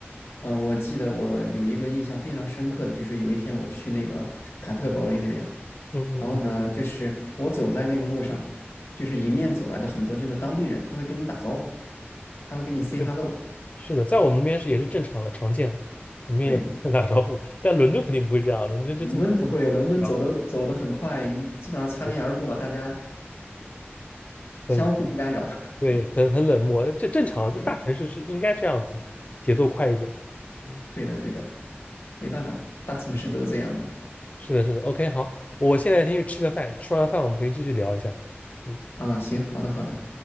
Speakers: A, on the left; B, on the left.
A: 呃，我记得我有一个印象非常深刻的，就是有一天我去那个坎特伯雷那边，
B: 嗯嗯嗯，
A: 然后呢，就是我走在那个路上，就是迎面走来的很多就是当地人，他会跟你打招呼，他会跟你 say
B: 对，
A: hello。
B: 是的，在我们那边是也是正常的，常见，我们也会打招呼
A: 对，
B: <laughs>，但伦敦肯定不会这样，伦敦就这么，
A: 伦敦不会，伦敦走的走的很快，
B: 然后
A: 你基本上擦肩而过，
B: 对，
A: 大家
B: 很
A: 相互不干扰。<laughs>
B: 对，很很冷漠，这正常，这大城市是应该这样子，
A: 对，
B: 节奏快一点，嗯，
A: 对的，对的，没办法，大城市都是这样的
B: 嗯是的，是的，OK，好，我现在先去吃个饭，吃完饭我们可以继续聊一下，嗯。
A: 啊。行，好的，好的。